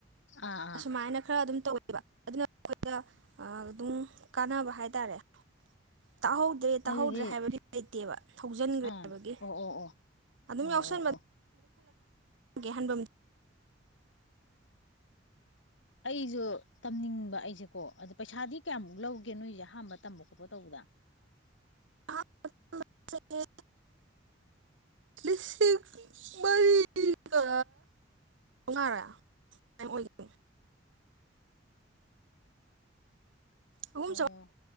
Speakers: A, on the left; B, on the right.
A: ꯑꯥ
B: ꯑꯁꯨꯃꯥꯏꯅ
A: ꯑꯥ
B: ꯈꯔ ꯑꯗꯨꯝ ꯇꯧꯋ ꯑꯗꯨꯅ ꯑꯩꯈꯣꯏꯗ ꯑꯗꯨꯝ ꯀꯥꯟꯅꯕ ꯍꯥꯏꯇꯥꯔꯦ ꯇꯥꯛꯍꯧꯗ꯭ꯔꯦ ꯇꯥꯛꯍꯧꯗ꯭ꯔꯦ
A: ꯑꯗꯨꯗꯤ
B: ꯍꯥꯏꯕꯗꯤ ꯂꯩꯇꯦꯕ ꯍꯧꯖꯤꯟꯈ꯭ꯔꯦꯕꯒꯤ
A: ꯑꯥ ꯑꯣ ꯑꯣ ꯑꯣ
B: ꯑꯗꯨꯝ
A: ꯑꯣ ꯑꯣ
B: ꯌꯥꯎꯁꯟꯕ
A: ꯑꯣ
B: ꯦ ꯍꯍꯥꯟꯕ
A: ꯑꯩꯁꯨ ꯇꯝꯅꯤꯡꯕ ꯑꯩꯁꯦꯀꯣ ꯑꯗꯨꯗ ꯄꯩꯁꯥꯗꯤ ꯀꯌꯥꯃꯨꯛ ꯂꯧꯒꯦ ꯅꯣꯏꯁꯦ ꯑꯍꯥꯟꯕ ꯇꯝꯕ ꯈꯣꯠꯄ ꯇꯧꯕꯗ
B: ꯑꯍ ꯂꯤꯁꯤꯡ ꯃꯔꯤꯒ ꯃꯉꯥꯔꯥꯃꯥꯏ ꯑꯣꯏꯒꯅꯤ ꯑꯍꯨꯝ
A: ꯑꯣ